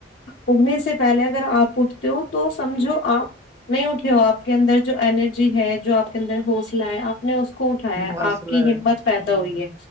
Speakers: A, on the left; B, on the right.
A: اگنے سے پہلے اگر آپ اٹھتے ہو تو سمجھو آپ نہیں اٹھے ہو آپ کے اندر جو اینرجی ہے جو آپ کے اندر حوصلہ ہے آپ نے اس کو اٹھایا
B: حوصلہ
A: آپ کی
B: ہے
A: ہمت پیدا
B: ہوں
A: ہوئی ہے